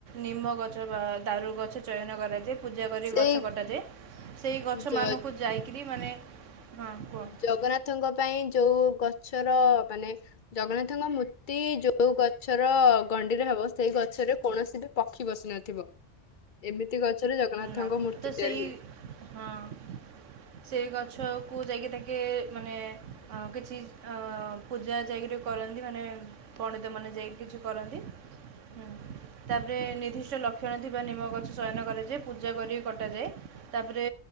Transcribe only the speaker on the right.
ନିମ ଗଛ ବା ଦାରୁଗଛ ଛ ଚୟନ କରାଯାଏ। ପୂଜା କରି
ଗଛ କଟାଯାଏ, ସେଇ ଗଛମାନଙ୍କୁ
ଯାଇକିରି ମାନେ ହଁ କୁହ
ନା
ତ
ସେଇ
ହଁ ସେ ଗଛକୁ ଯାଇକି ତାକେ ମାନେ କିଛି ପୂଜା ଯାଇକିରି କରନ୍ତି, ମାନେ ପଣ୍ଡିତମାନେ ଯାଇକି କିଛି କରନ୍ତି, ହିଁ ତାପରେ ନିର୍ଦ୍ଦିଷ୍ଟ ଲକ୍ଷଣ ଥିବା ନିମ ଗଛ ଚୟନ କରାଯାଏ। ପୂଜା କରିକି କଟାଯାଏ, ତାପରେ